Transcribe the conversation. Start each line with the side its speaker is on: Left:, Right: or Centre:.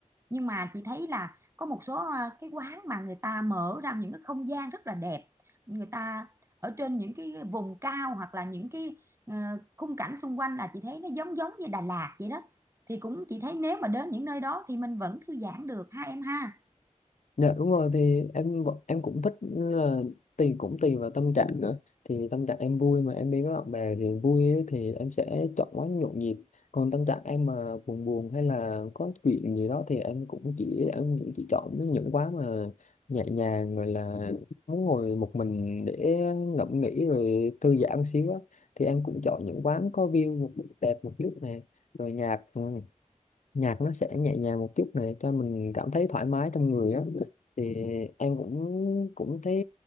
Right: Nhưng mà chị thấy là có một số ờ, cái quán mà người ta mở ra những cái không gian rất là đẹp. Người ta ở trên những cái vùng cao hoặc là những cái ờ, khung cảnh xung quanh là chị thấy nó giống giống như Đà Lạt vậy đó. Thì cũng chị thấy nếu mà đến những nơi đó thì mình vẫn thư giãn được ha em ha.
Left: Dạ đúng rồi thì em vẫn- em cũng thích là tùy cũng tùy vào tâm trạng nữa thì tâm trạng em vui mà em đi với bạn bè thì vui ấy, thì em sẽ chọn quán nhộn nhịp còn tâm trạng em mà buồn buồn hay là có chuyện gì đó thì em cũng chỉ em cũng chỉ chọn những quán mà nhẹ nhàng rồi là muốn ngồi một mình để ngẫm nghĩ rồi thư giãn xíu á thì em cũng chọn những quán có view đẹp một lúc này rồi nhạc ừ, nhạc nó sẽ nhẹ nhàng một chút này cho mình cảm thấy thoải mái trong người á thì em cũng cũng thấy